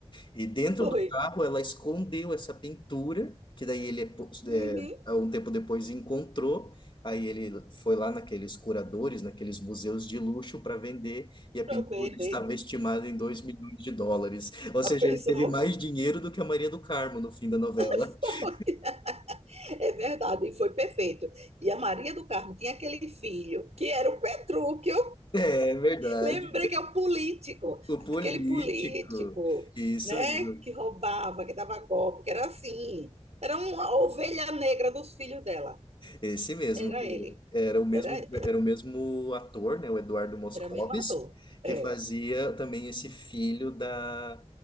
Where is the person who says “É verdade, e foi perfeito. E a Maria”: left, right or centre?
Right